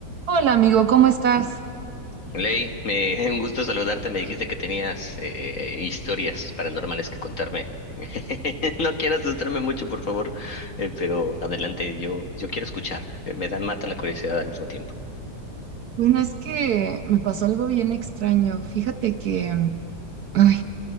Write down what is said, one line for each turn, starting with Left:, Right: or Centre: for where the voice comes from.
Right: Hola amigo, ¿cómo estás?
Left: Ley, eh, <laughs> un gusto saludarte. Me dijiste que tenías eh, historias paranormales que contarme. <laughs> No quiero asustarme mucho, por favor, eh, pero adelante, yo, yo quiero escuchar. Eh, Me dan mata la curiosidad al mismo tiempo.
Right: Bueno, es que me pasó algo bien extraño. Fíjate que mm, ay,